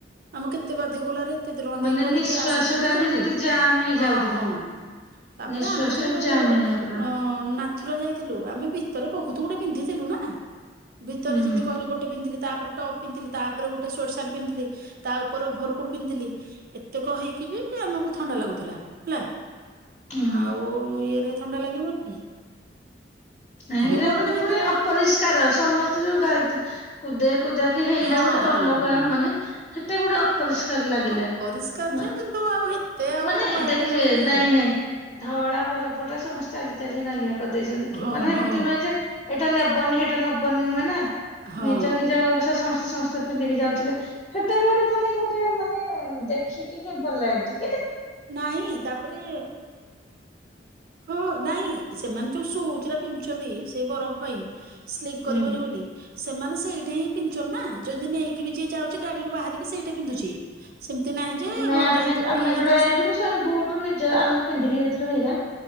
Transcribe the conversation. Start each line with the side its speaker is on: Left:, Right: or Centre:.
Right: ଆମେ କେତେ ବାଧ୍ୟ କଲୁ ଆରେ ଏତେ ଟଙ୍କା
Left: ମାନେ
Right: ଦେଇକି କରିଚେ
Left: ନିଃଶ୍ଵାସ
Right: ଆସେ ଟିକେ
Left: ଟା
Right: ଭିତରକୁ
Left: ବି ଯେମିତି ଜାମ୍ ହେଇଯାଉଥିଲା
Right: ହଁ ହଁ ତାପରେ
Left: ନିଃଶ୍ଵାସ
Right: ଆମେ ଯୋଉ
Left: ଟା ବି ଜାମ୍ ହେଇଯାଉଥିଲା
Right: ଅ ନା ଥୁରା ଯାଇଥିଲୁ ଆମେ ଭିତରେ ବହୁତ ଗୁଡେ ପିନ୍ଧିଥିଲୁ ନା ଭିତରେ
Left: ହୁଁ
Right: ଯେମିତି କହିଲୁ ଗୋଟେ ପିନ୍ଧିଥିଲି ତାପରେ ଟପ୍ ପିନ୍ଧିଲ ତାପ ଗୋଟେ ସଟ୍ ସାଟ୍ ପିନ୍ଥିଲି ତା ଉପରେ ଭରକୁଟୁ ପିନ୍ଧଥିଲି ଏତେକ ହେଇକି ବି ଆମକୁ ଥଣ୍ଡା ଲାଗୁଥିଲା ହେଲା।
Left: ହୁଁ
Right: ଆଉ ଇଏରେ ଥଣ୍ଡା ଲାଗିବନି?
Left: ନାଇଁ
Right: କିନ୍ତୁ
Left: ହେରା
Right: ବରଫ
Left: ମାନେ
Right: ଜାଗା
Left: ପୁଣି ଅପରିଷ୍କାର
Right: ବର
Left: ସମସ୍ତେ ଯୋଉ ଗାଧ୍ କୁଦେକୁଦା ହେଇରା
Right: ହଁ
Left: ଗୋଟେ
Right: ହଁ
Left: ଅଲଗା
Right: ହଁ
Left: ମାନେ ସେତେ ଗୋଡ ଅପରିଷ୍କାର ଲାଗିଲା
Right: ଅପରିଷ୍କାର
Left: ମା
Right: ଯେ କିନ୍ତୁ ଆଉ ଏତେ ଆଉ
Left: ମାନେ
Right: ଭାବିଲେ
Left: ଦେଖେ
Right: ହବ କି
Left: ନାଇଁ
Right: ଆଉ
Left: ନାଇଁ ଧଳା ବରଫଟା ସମସ୍ତେ ଚାଲି ଚାଲି ନାଲିଆ କରିଦେଇଛି। ମାନେ
Right: ହଁ
Left: ଏମିତି
Right: ହଁ
Left: ନୁହେଁ ଯେ ଏଇଟା ନେବ୍ ନବନି ସେଟା ନବନି ନୁହେଁ ନା।
Right: ହଁ
Left: ନିଜ ନିଜ ଅନୁସାରେ ସମସ୍ ସମସ୍ତେ ପିନ୍ଧିକି ଯାଉଥିଲେ ସେତେବେଳେ ଗୋଟେ ମାନେ ଗୋଟେ ମାନେ ଦେଖିକି ହିଁ ଭଲ ଲାଗନ୍ତି।
Right: ନାଇଁ ତାପରେ, ହଁ ନାଇଁ ସେମାନେ ଯୋଉ ସୁଉଜରା ପିନ୍ଧୁଛନ୍ତି ସେଇ ବରଫ ପାଇଁ ସ୍ଲିପ କରିବନି
Left: ହୁଁ।
Right: ବୋଲି ସେମାନେ ସେଇଟା ହିଁ ପିନ୍ଧୁଛନ୍ତି ନା, ଯଦି ନେଇକି ବି ଯିଏ ଯାଉଛି ଗାଡିରୁ ବାହାରିକି ସେଇଟା ପିନ୍ଧୁଛି। ସେମିତି ନାହିଁ ଯେ
Left: ନାଇଁ
Right: ଗନ୍ଦା
Left: ଆମେ
Right: ହେଇଥିବ ଇଏ ହେଇ
Left: <inaudible> ଯାଇଥିଲୁ <inaudible> ବୁଟ ନିଜେ ଆମେ ପିନ୍ଧିକି ଯାଇଥିଲୁ ହେରା